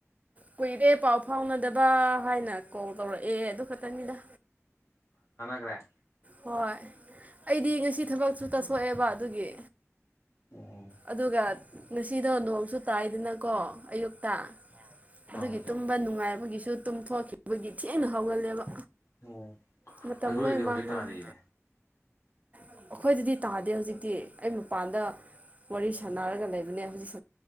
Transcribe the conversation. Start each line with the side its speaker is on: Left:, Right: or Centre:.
Right: ꯀꯨꯏꯔꯦ ꯄꯥꯎ ꯐꯥꯎꯅꯗꯕ ꯍꯥꯏꯅ ꯀꯣꯜ ꯇꯧꯔꯛꯑꯦ ꯑꯗꯨ ꯈꯛꯇꯅꯤꯗ
Left: ꯇꯧꯔꯛꯑꯦ
Right: ꯍꯣꯏ ꯑꯩꯗꯤ ꯉꯁꯤ ꯊꯕꯛꯁꯨ ꯆꯠꯊꯣꯛꯑꯦꯕ ꯑꯗꯨꯒꯤ
Left: ꯑꯥ
Right: ꯑꯗꯨꯒ ꯉꯁꯤꯗꯣ ꯅꯣꯡ ꯇꯥꯏꯗꯅꯀꯣ ꯑꯌꯨꯛꯇ ꯑꯗꯨꯒꯤ
Left: ꯑꯥ
Right: ꯇꯨꯝꯕ ꯅꯨꯡꯉꯥꯏꯕ ꯃꯣꯏꯒꯤꯁꯨ ꯇꯨꯝꯊꯣꯛꯈꯤꯕꯒꯤ ꯊꯦꯡꯅ ꯍꯧꯒꯠꯂꯦꯕ
Left: ꯑꯣ
Right: ꯃꯇꯝ
Left: ꯑꯩꯈꯣꯏꯒꯤꯗꯤ
Right: ꯂꯣꯏ
Left: ꯍꯧꯖꯤꯛ
Right: ꯃꯥꯡꯍꯜꯂꯦ
Left: ꯇꯥꯔꯤꯌꯦ
Right: ꯑꯩꯈꯣꯏꯗꯗꯤ ꯇꯥꯗꯦ ꯍꯧꯖꯤꯛꯇꯤ ꯑꯩ ꯃꯄꯥꯟꯗ ꯋꯥꯔꯤ ꯁꯥꯟ ꯅꯔꯒ ꯂꯩꯕꯅꯦ ꯍꯧꯖꯤꯛꯁ